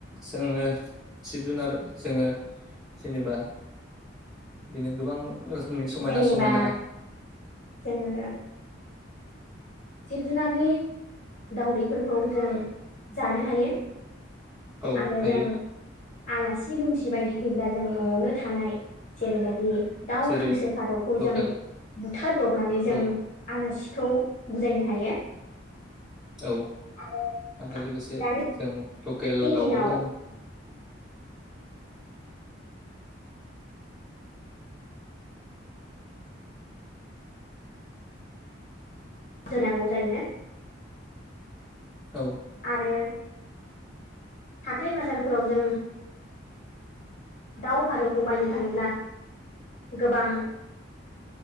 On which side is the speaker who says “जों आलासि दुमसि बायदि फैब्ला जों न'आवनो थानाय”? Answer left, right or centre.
Left